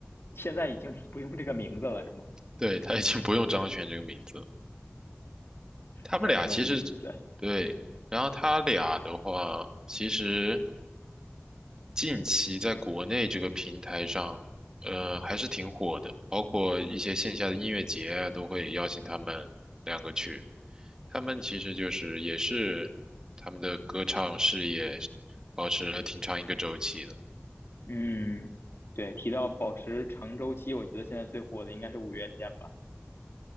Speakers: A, on the left; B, on the right.
A: 现在已经 <laughs> 不用这个名字了，是吗？
B: 对，他已经不用张悬这个名字了他们俩其实
A: 这还挺有意思的。
B: 对。
A: 嗯。
B: 然后他俩的话，其实近期在国内这个平台上，呃，还是挺火的，包括一些线下的音乐节啊，都会邀请他们两个去。他们其实就是也是他们的歌唱事业保持了挺长一个周期的，
A: 嗯，对，提到保持长周期，我觉得现在最火的应该是五月天吧。